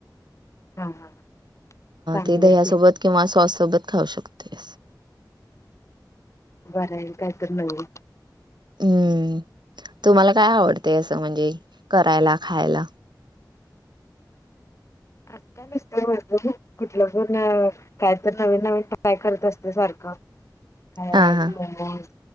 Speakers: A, on the left (about 40°); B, on the right (about 75°).
A: हा हा चांगलंय
B: ते दह्यासोबत
A: की
B: किंवा सॉस सोबत, खाऊ शकतोय स.
A: बरंय काहीतरी, नवीन.
B: हम्म, तुम्हाला काय आवडतय, असं म्हणजे करायला, खायला?
A: असं काय नसतंय पण बघू, कुठलं-कुठलं, काय तर नवीन-नवीन ट्राय करत असते, सारखं. काय
B: हा
A: <unintelligible>
B: हा
A: मॉमोज